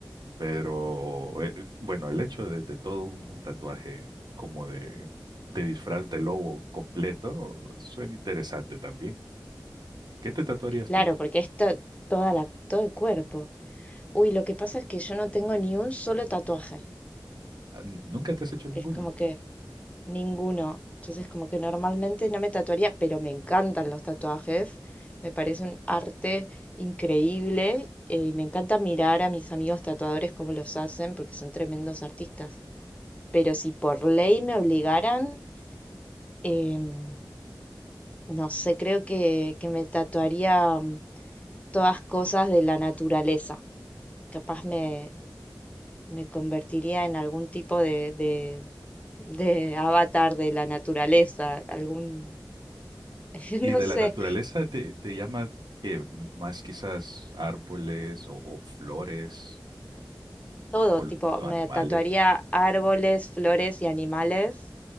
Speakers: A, on the right; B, on the left.
A: Pero, eh, bueno, el hecho de, de todo un, un tatuaje como de, de disfraz de lobo completo suena interesante también. ¿Qué te tatuarías
B: Claro,
A: tú?
B: porque esto, toda la, todo el cuerpo. Uy, lo que pasa es que yo no tengo ni un solo tatuaje.
A: Ah, n- ¿Nunca te has hecho ninguno?
B: Es como que ninguno. Entonces, como que normalmente no me tatuaría, pero me encantan los tatuajes. Me parece un arte increíble eh, y me encanta mirar a mis amigos tatuadores cómo los hacen, porque son tremendos artistas. Pero si por ley me obligaran, em, no sé, creo que, que me tatuaría mm, todas cosas de la naturaleza. Capaz me me convertiría en algún tipo de, de, de avatar de la naturaleza, algún, <laughs>
A: Y
B: no
A: de
B: sé,
A: la naturaleza te, te llama que más quizás árboles o, o flores
B: todo,
A: o l-
B: tipo,
A: los
B: me
A: animales.
B: tatuaría árboles, flores y animales